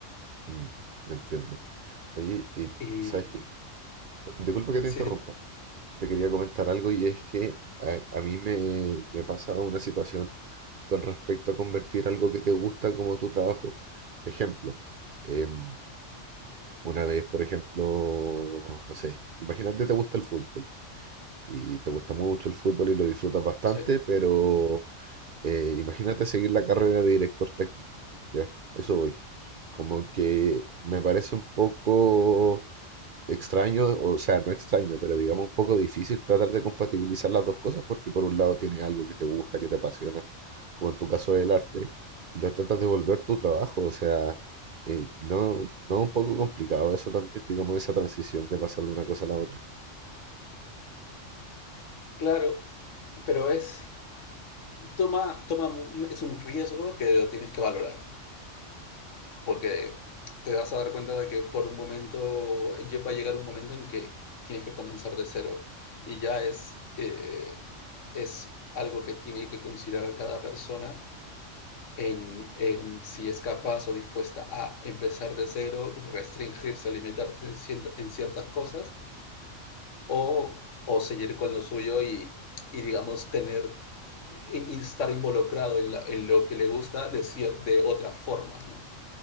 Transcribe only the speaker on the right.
Mm, entiendo. Oye, y
¿sabes qué? Disculpa que te
interrumpa.
Te quería comentar algo y es que a, a mí me, me pasa una situación con respecto a convertir algo que te gusta como tu trabajo. Ejemplo, em, una vez, por ejemplo, no sé, imagínate te gusta el fútbol y te gusta mucho el fútbol y lo disfrutas bastante,
pero eh, imagínate seguir la carrera de director técnico. Ya, eso voy. Como que me parece un poco extraño, o sea, no extraño, pero digamos un poco difícil tratar de compatibilizar las dos cosas porque por un lado tienes algo que te gusta, que te apasiona, como en tu caso del arte, y lo tratas de volver tu trabajo, o sea, eh, no, no un poco complicado eso también, digamos, esa transición de pasar de una cosa a la otra.